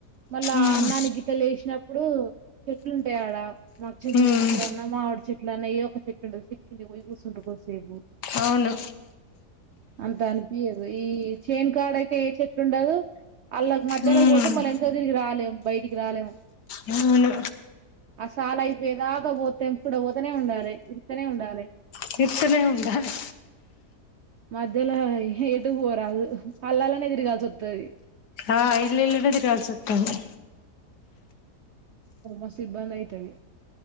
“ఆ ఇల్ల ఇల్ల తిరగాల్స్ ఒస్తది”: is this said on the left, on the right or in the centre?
Left